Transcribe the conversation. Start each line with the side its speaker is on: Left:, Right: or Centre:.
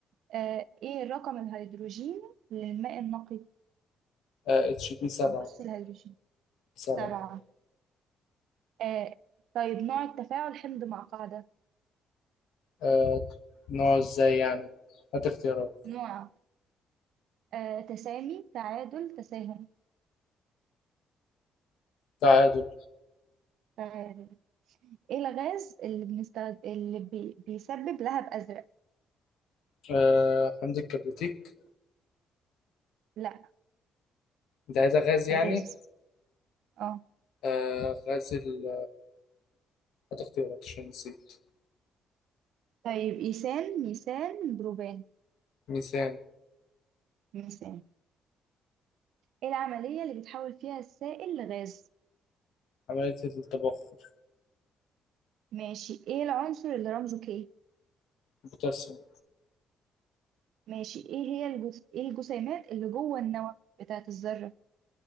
Right: آه ايه الرقم الهيدروجيني للماء النقي
Left: آه اتش بي سبعة
Right: او بص الهيدروجين
Left: سبعة
Right: سبعة آه طيب نوع التفاعل حمض مع قاعدة
Left: آه نوع ازاي يعني هات اختيارات
Right: نوع آه تسامي تعادل تساهم
Left: تعادل
Right: تعادل. ايه الغاز اللي بنستخد... اللي بي... بيسبب لهب ازرق
Left: آه حمض الكبريتيك
Right: لا
Left: انت عايزها غاز يعني
Right: غاز اه
Left: آه غاز ال هات اختيارات عشان نسيت
Right: طيب ايثان ميثان بروبان
Left: ميثان
Right: ميثان ايه العملية اللي بتحول فيها السائل لغاز
Left: عملية التبخر
Right: ماشي ايه العنصر اللي رمزه كي
Left: البوتاسيوم
Right: ماشي ايه هي الجز... ايه الجسيمات اللي جوه النواة بتاعة الذرة